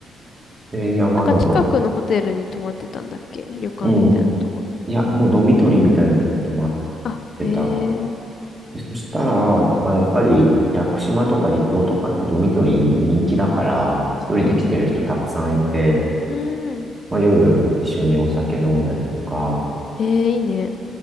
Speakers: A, on the right; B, on the left.
A: で、山登っ
B: なんか近くのホテルに泊まってたんだっけ旅館みたいなところ。
A: うん。いや、もうドミトリーみたいなとこともあっ
B: あ、
A: てた。
B: へえ。
A: でそしたら、まあ、やっぱり屋久島とか離島とかってドミトリー人気だから、一人で来てる人たくさんいて、
B: うんうん。うん。
A: まあ、夜一緒にお酒飲んだりとか、
B: ええ、いいね。